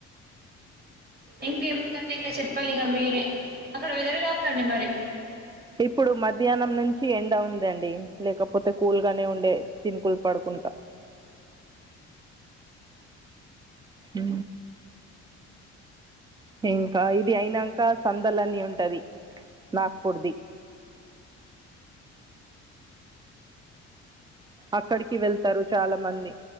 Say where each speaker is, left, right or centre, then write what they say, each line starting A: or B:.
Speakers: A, on the right; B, on the right.
A: ఇంకేమింటంటే ఇంకా షేప్పాలిగ మీరే అక్కడ వెదరేల ఉందండి మరి.
B: ఓ ఇప్పుడు మధ్యాహ్నం నుంచి ఎండ ఉందండి లేకపోతే కూల్ గానే ఉండే చినుకులు పడుకుంటా. ఉ ఇంకా ఇది అయినక్క సందలన్ని ఉంటది నాగ్పూడది. అక్కడికి వెళ్తారు చాలా మంది